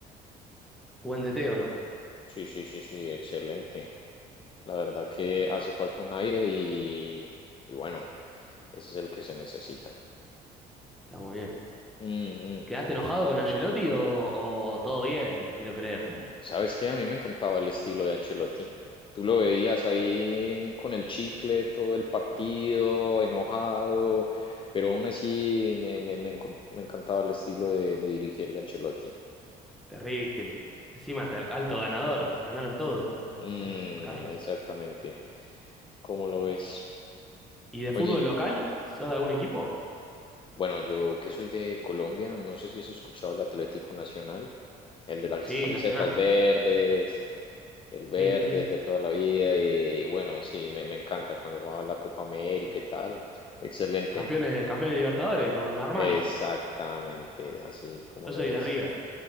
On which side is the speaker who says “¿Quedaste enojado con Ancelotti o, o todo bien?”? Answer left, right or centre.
Centre